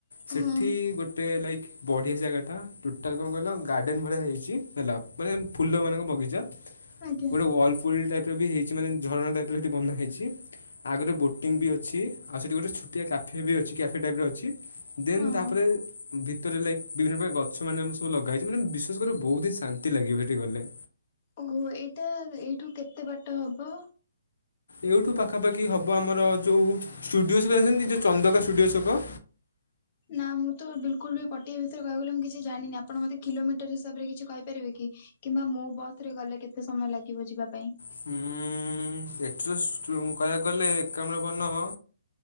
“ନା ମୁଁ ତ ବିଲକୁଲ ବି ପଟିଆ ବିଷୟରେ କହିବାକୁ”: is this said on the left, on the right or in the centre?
Left